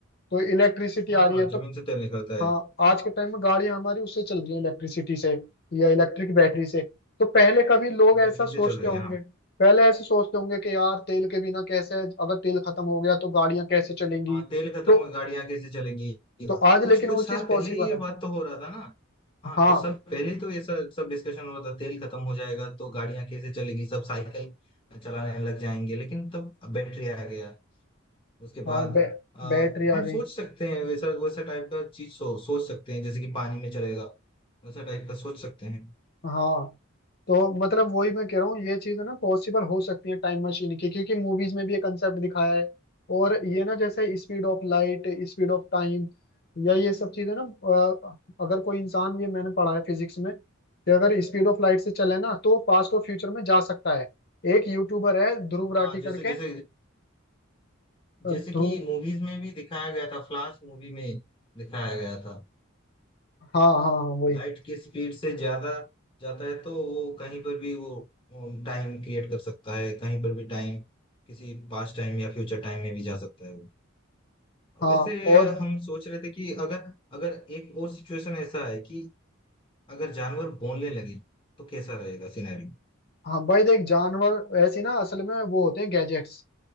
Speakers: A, on the left; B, on the left.
A: तो इलेक्ट्रिसिटी
B: हाँ
A: आ रही
B: हाँ
A: है तो
B: जमीन से तेल निकलता
A: हाँ
B: है
A: आज के टाइम में गाड़ियां हमारी उससे चल रही है इलेक्ट्रिसिटी से या इलेक्ट्रिक बैटरी से तो पहले कभी लोग
B: बैटरी
A: ऐसा सोचते
B: से चल रही
A: होंगे
B: है हाँ
A: पहले ऐसे सोचते होंगे कि यार तेल के बिना कैसे अगर तेल खत्म हो गया तो गाड़ियां कैसे चलेंगी
B: हाँ तेल खत्म
A: तो
B: हो गाड़ियां कैसे चलेंगी
A: तो आज
B: कुछ
A: लेकिन
B: कुछ
A: वो
B: साल
A: चीज पॉसिबल
B: पहले ही ये
A: है
B: बात तो हो रहा था ना हाँ
A: हाँ
B: कुछ साल पहले ही तो ये सब सब डिस्कशन हो रहा था तेल खत्म हो जाएगा तो गाड़ियां कैसे चलेगी सब साइकिल चलाने लग जाएंगे लेकिन तब बैटरी आ गया उसके
A: हाँ
B: बाद
A: बै,
B: आ,
A: बैटरी
B: हम
A: आ
B: सोच
A: गई
B: सकते हैं वैसा वैसा टाइप का चीज सो, सोच सकते हैं जैसे कि पानी में चलेगा वैसा टाइप का सोच सकते हैं
A: हाँ तो मतलब वही मैं कह रहा हूँ ये चीज ना पॉसिबल हो सकती है टाइम मशीन की क्योंकि मूवीज में भी ये कंसेप्ट दिखाया है और ये ना जैसे speed of light speed of time या ये सब चीजें ना अ, अगर कोई इंसान ये मैंने पढ़ा है फिजिक्स में कि अगर स्पीड ऑफ लाइट से चले ना तो पास्ट और फ्यूचर में जा सकता है एक यूट्यूबर है ध्रुव
B: हाँ
A: राठी करके
B: जैसे जैसे
A: अ,
B: जैसे
A: ध्रुव
B: कि मूवीज में भी दिखाया गया था फ्लाश मूवी में दिखाया गया था
A: हाँ हाँ हाँ वही
B: लाइट की स्पीड से ज्यादा जाता है तो वो कहीं पर भी वो टाइम क्रिएट कर सकता है कहीं पर भी टाइम किसी पास्ट टाइम या फ्यूचर टाइम में भी जा सकता है वो।
A: हाँ
B: वैसे
A: और
B: हम सोच रहे थे कि अगर अगर एक और सिचुएशन ऐसा है कि अगर जानवर बोलने लगे तो कैसा रहेगा सिनेरियो
A: हाँ भाई देख जानवर ऐसे ना असल में वो होते हैं गैजेट्स